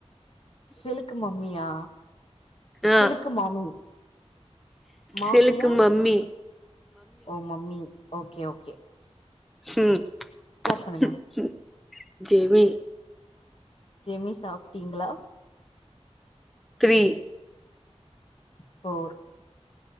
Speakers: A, on the left; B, in the centre.
A: சிலுக்கு மம்மியா சிலுக்கு
B: ஆ
A: மாமி மாமியா
B: சிலுக்கு மம்மி
A: ஓ மம்மி ஓகே ஓகே
B: ம்
A: ஸ்டார்ட் பண்ணுங்க
B: ம் ம் ஜெமி
A: ஜெமி சாப்டீங்களா
B: three
A: four